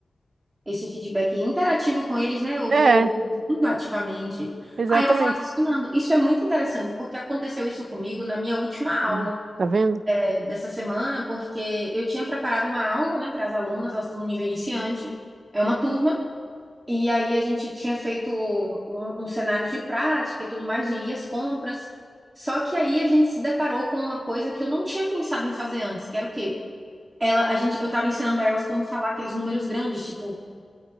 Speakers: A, on the right; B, on the right.
A: esse feedback interativo com eles, né? Eu
B: É,
A: vou, vou ouvindo ativamente,
B: exatamente.
A: aí eu vou adicionando. Isso é muito interessante, porque aconteceu isso comigo na minha última
B: Ó,
A: aula
B: Tá vendo?
A: eh, dessa semana, porque eu tinha preparado uma aula, né, para as alunas, elas estão no nível iniciante, é uma turma. E aí a gente tinha feito um, um cenário de prática e tudo mais, de ir às compras. Só que aí a gente se deparou com uma coisa que eu não tinha pensado em fazer antes, que era o quê? Ela, a gente, eu tava ensinando a elas como falar aqueles números grandes, tipo